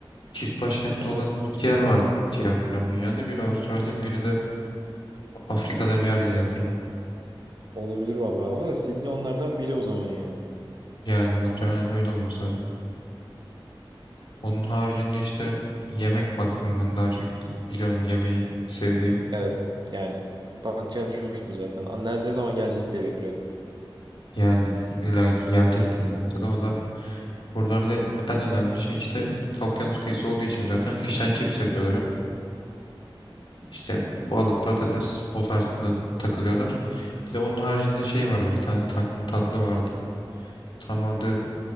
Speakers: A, on the left; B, on the right.
A: Çift başkenti
B: Ona
A: olan iki yer vardı diye hatırlıyorum dünyada. Biri Avustralya, biri de Afrika'da bir yerde diye hatırlıyorum.
B: olabilir vallahi ama Sydney onlardan biri o zaman yani.
A: Yani muhtemelen öyle olması lazım. Onun haricinde işte yemek baktım ben daha çok bi- biliyorsun yemeği sevdiğimi.
B: Evet yani bakacağını düşünmüştüm zaten. Ne, ne zaman gelecek diye bekliyordum.
A: Yani illa ki gelecektim bir noktada. O da buralarda en önemli şey işte okyanus kıyısı olduğu için zaten fish and chips yapıyorlar hep. İşte balık patates o tarzda takılıyorlar. Bir de onun haricinde şey vardı bir tane ta- tatlı vardı. Tam adı